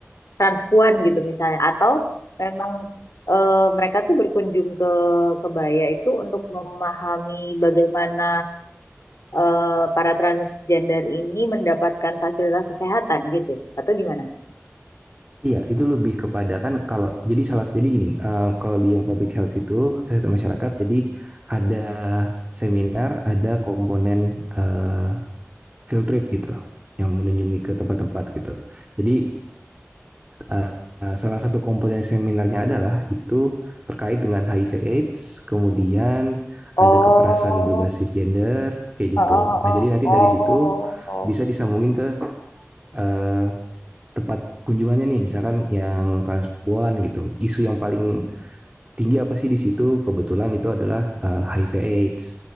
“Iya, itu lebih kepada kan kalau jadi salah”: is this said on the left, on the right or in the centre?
Right